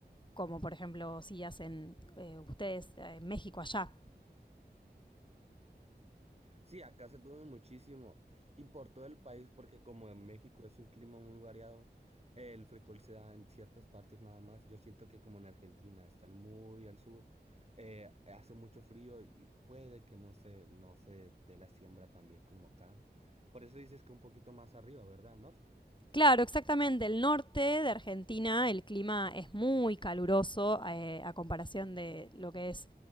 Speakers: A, on the left; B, on the right.
A: como por ejemplo si hacen eh, ustedes eh, en México allá.
B: Sí, acá se come muchísimo y por todo el país, porque como en México es un clima muy variado, el frijol se da en ciertas partes nada más. Yo siento que como en Argentina están muy al sur, eh, hace mucho frío y puede que no se, no se dé la siembra tan bien como acá. Por eso dices que un poquito más arriba, ¿verdad? Norte.
A: Claro, exactamente. El norte de Argentina, el clima es muy caluroso eh, a comparación de lo que es